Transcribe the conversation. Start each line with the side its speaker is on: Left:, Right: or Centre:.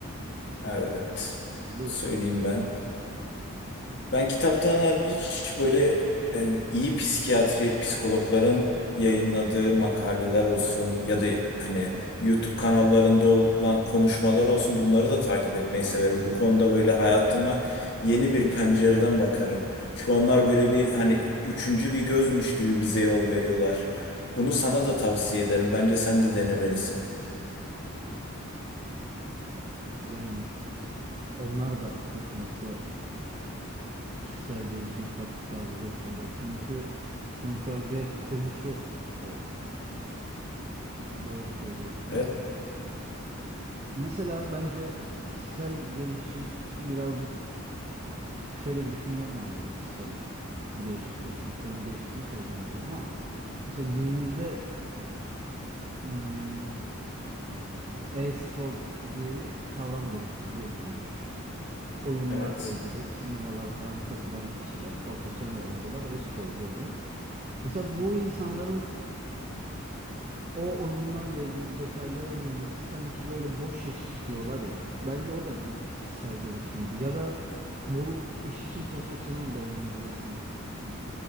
Left: evet
Right: buyur.
Left: söyleyeyim ben. Ben kitaptan hariç böyle e, iyi psikiyatri, psikologların yayınladığı makaleler olsun ya da hani YouTube kanallarında olan konuşmalar olsun bunları da takip etmeyi severim. Bu konuda böyle hayatıma yeni bir pencereden bakarım. Çünkü onlar böyle bir hani üçüncü bir gözmüş gibi bize yol veriyorlar. Bunu sana da tavsiye ederim. Bence sen de denemelisin.
Right: Yani onlar da kesinlikle kişisel gelişime katkı sağlayacak şeyler. Çünkü sonuç olarak da hep konusu o. Doğru söylüyorsun.
Left: Evet,
Right: Mesela bence kişisel gelişim birazcık şöyle bir düşüncem var benim kişisel gelişim konusunda. Konuyu değiştirmiş olacağım biraz ama mesela günümüzde hmm, e-spor diye bir kavram gelişti biliyorsundur. Oyunlarla
Left: evet.
Right: ilgili turnuvalara falan katılan kişiler, profesyonel oyuncular e-sporcu oluyor. Mesela bu insanların o oyunlarla ilgili detayları bilmesi sanki böyle boş iş diyorlar ya. Bence o da bir kişisel gelişimdir. Ya da bu iş için profesyonel de olmayabilirsin. M-